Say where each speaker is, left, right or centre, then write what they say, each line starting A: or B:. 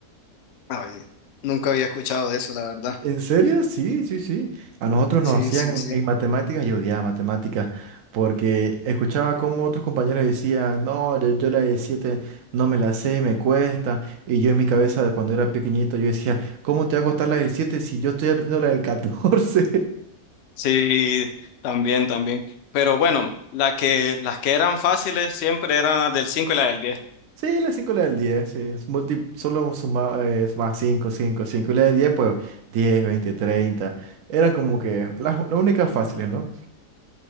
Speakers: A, on the left; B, on the right.
A: ay, nunca había escuchado de eso, la verdad.
B: ¿En serio? Sí, sí, sí. A nosotros nos
A: Sí,
B: hacían
A: sí, sí.
B: en matemáticas, yo odiaba matemáticas, porque escuchaba como otros compañeros decían, no, yo, yo la de 7 no me la sé, me cuesta. Y yo en mi cabeza de cuando era pequeñito, yo decía, ¿cómo te va a costar la del 7 si yo estoy aprendiendo la del catorce <laughs>
A: Sí, también, también. Pero bueno, la que, las que eran fáciles siempre eran las del 5 y la del diez
B: Sí, la 5 y la del 10 sí. es multi- solo suma, eh, más 5 5 cinco Y la del 10 pues diez veinte treinta Eran como que las, las únicas fáciles, ¿no?